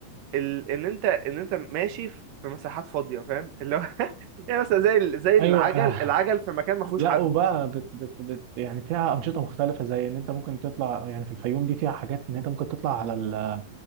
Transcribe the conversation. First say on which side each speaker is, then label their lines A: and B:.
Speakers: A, on the right; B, on the right.
A: ال... ان انت ان انت ماشي في مساحات فاضيه فاهم اللي هو <laughs> يعني مثلا زي ال... زي العجل
B: ايوه <laughs>
A: العجل في مكان ما فيهوش
B: لا
A: حد
B: وبقى بت بت بت يعني فيها انشطه مختلفه زي ان انت ممكن تطلع يعني في الفيوم دي فيها حاجات ان انت ممكن تطلع على ال